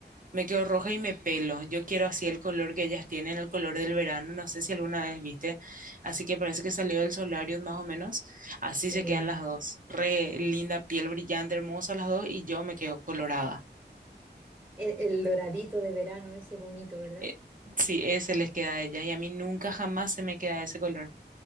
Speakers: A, on the right (about 50°); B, on the right (about 20°).
A: Me quedo roja y me pelo. Yo quiero así el color que ellas tienen, el color del verano. No sé si alguna vez viste. Así que parece que salió del solarium más o menos. Así
B: Sí,
A: se quedan las dos. Re linda piel brillante, hermosa las dos. Y yo me quedo colorada.
B: El, el doradito de verano, ese bonito, ¿verdad?
A: Eh, sí, ese les queda a ellas. Y a mí nunca jamás se me queda ese color.